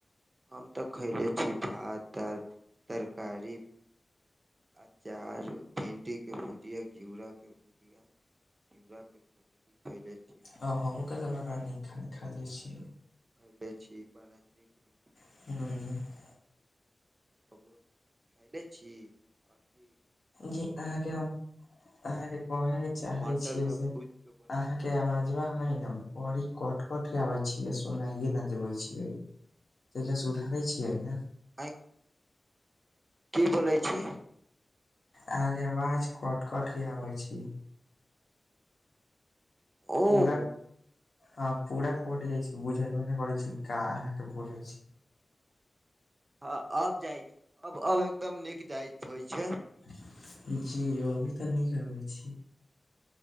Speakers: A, on the right; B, on the left.
A: हम त खयले छी भात दालि तरकारी अचार भिन्डी के भुजिया, घिउरा के भुजिया घिउरा के सब्जी खैले छी। ओकरा
B: ह हमहूँके
A: बाद
B: त बड़ा नीक खाना खयले छलहुं
A: पहिले छी बाड़ा नीक न
B: हुं
A: कबो खइले छी, कथि
B: जी अहाँ के हम, अहाँके कहे के
A: जे
B: चाहै
A: मटर
B: छियै
A: मे भूज
B: से
A: के बनल
B: अहाँ के आवाजबा है ने बड़ी कट कट के आबै छियै सुनाइये न देवे छियै तहिया सुधारै छियै ने
A: आँय, की बोलै छी?
B: अहाँ के आवाज कट कट के अबै छी
A: ओ
B: पूरा, हँ पूरा कट जाइ छै, बुझबे नहि करै छै अहाँ की बोलै छी
A: हँ अब जाइ छै, अब अब एकदम नीक जाइत होइ छै
B: जी अवाज अभी त नीक आबै छै